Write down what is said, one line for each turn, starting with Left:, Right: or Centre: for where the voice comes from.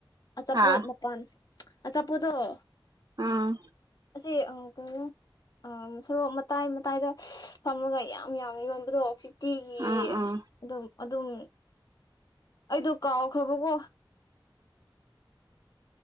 Left: ꯑꯆꯥꯄꫭꯠ
Right: ꯍꯥ
Left: ꯃꯄꯥꯟ ꯑꯆꯥꯄꯣꯠꯗꫭ
Right: ꯑꯥ
Left: ꯑꯁꯤ ꯑ ꯀꯩꯅꯣ ꯑꯝ ꯁꯣꯔꯣꯛ ꯃꯇꯥꯏ ꯃꯇꯥꯏꯗ ꯐꯝꯑꯒ ꯌꯥꯝ ꯌꯥꯝꯅ ꯌꯣꯟꯕꯗꯣ ꯐꯤꯐ ꯇꯤꯒꯤ
Right: ꯎꯝ ꯎꯝ
Left: ꯑꯗꯨꯝ ꯑꯗꯨꯝ ꯑꯩꯗꯣ ꯀꯥꯎꯈ꯭ꯔꯕꯀꯣ꯫